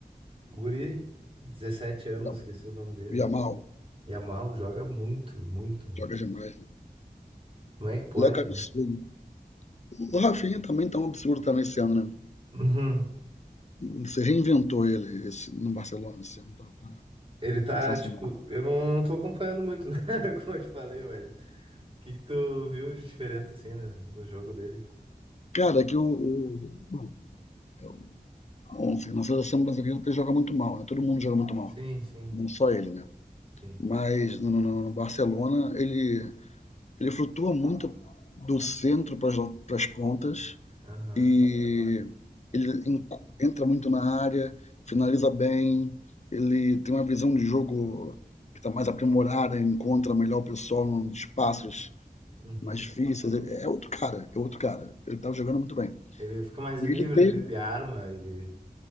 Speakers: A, on the right (about 35°); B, on the left (about 45°).
A: guri, 17 anos,
B: Não,
A: esqueci o nome dele.
B: o Yamal
A: Yamal joga muito, muito.
B: joga demais, né?
A: Como é que pode?
B: Leca é um absurdo. O Rafinha também tá um absurdo também esse ano, né?
A: Uhum.
B: Você reinventou ele esse, no Barcelona esse ano, tá, tá
A: Ele tá,
B: sensacional.
A: tipo, eu não, não tô acompanhando muito, né? <laughs> Como eu te falei, mas. O que que tu viu de diferença, assim, né? No jogo dele?
B: Cara, é que o, o bom, eu, assim, na seleção brasileira ele joga muito mal, né? Todo mundo joga muito mal,
A: Sim, sim,
B: não só ele, né?
A: sim.
B: Mas no, no- no Barcelona ele ele flutua muito do centro para as pontas
A: Aham.
B: e ele entra muito na área, finaliza bem, ele tem uma visão de jogo que está mais aprimorada, encontra melhor o pessoal nos espaços
A: Uhum.
B: mais difíceis. É é outro cara, é outro cara. Ele estava jogando muito bem.
A: Ele fica mais
B: E
A: livre,
B: ele tem,
A: ele, ele arma, ele.